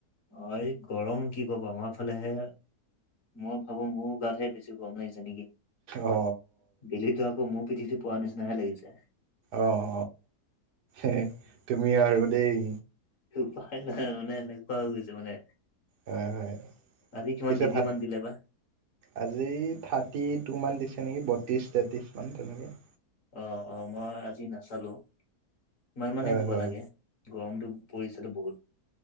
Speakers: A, on the left; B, on the right.
A: অ', এই গৰম কি ক'ব আমাৰ ফালেহে। মই ভাবো মোৰ গাতহে বেছি গৰম লাগিছে নেকি
B: অ
A: বেলিটো আকৌ মো পিঠিতে পৰা নিচনাহে লাগিছে।
B: অ', অ', তুমি আৰু দেই।
A: উপায় নাই মানে এনেকুৱা হৈ গৈছে মানে।
B: হয় হয়
A: আজি কিমান
B: পিছে
A: ডিগ্ৰী
B: ভাত।
A: মান দিলে বা?
B: আজি থাৰ্টি টু মান দিছে নেকি বত্ৰিছ তেত্ৰিছ মান তেনেকে।
A: অ', অ', মই আজি নাচালো। ইমান মানে
B: হয়
A: দিব
B: হয়
A: লাগে গৰমতটো পৰিছেতো বহুত।